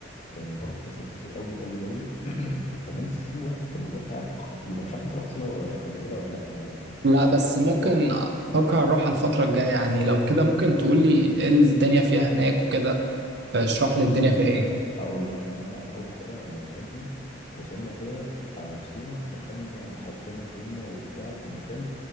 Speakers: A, on the left (about 35°); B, on the right (about 60°).
A: آه، برضه كانت لذيذه قوي قوي قوي <clears throat> وكمان سيوه اجواءها خطيره مش عارف انت رحت سيوه ولا- قبل كده ولا لا يعني
B: لا بس
A: انت
B: ممكن
A: رحتها
B: افكر اروح على الفتره الجايه يعني لو كده ممكن تقول لي ايه الدنيا فيها هناك وكده فاشرح لي
A: بص
B: الدنيا
A: يا باشا
B: فيها ايه
A: اقول لك انا اول حاجه لما وصلنا وصلنا كده آه، في سيوه دخلنا حطينا هدومنا وبتاع في المكان